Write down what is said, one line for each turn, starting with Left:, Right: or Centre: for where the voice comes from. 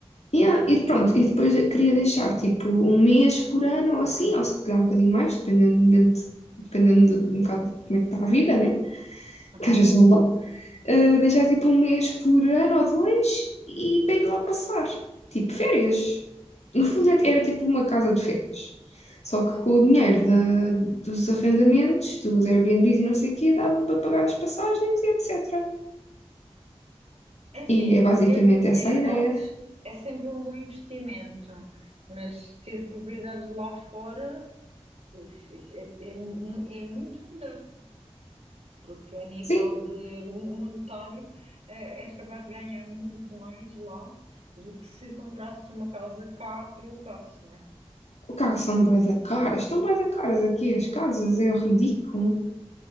Left: Yeah, e pronto, e depois queria deixar tipo um mês por ano ou assim, ou se calhar um bocadinho mais, dependendo, dependendo de um bocado de como é que está a vida, né?
Right: Uhum.
Left: que às vezes não dá, eh, deixar tipo um mês por ano ou dois e para ir lá passar, tipo férias. No
Right: Sim,
Left: fundo
Right: sim,
Left: é, era tipo uma casa de férias. Só que
Right: sim.
Left: com o dinheiro da- dos arrendamentos, dos Airbnbs e não sei o quê, dava para pagar as passagens e etc.
Right: É assim,
Left: E é basicamente
Right: ter propriedades
Left: essa a ideia.
Right: é sempre um bom investimento, mas ter propriedades lá fora uf, é, é é mu- é muito melhor. porque a nível
Left: Sim,
Right: de monetário, eh, és capaz de ganhar muito mais lá do que se comprasses uma casa cá e alugasses, não é?
Left: o carro são bué da caras, estão bué da caras aqui as casas, é ridículo.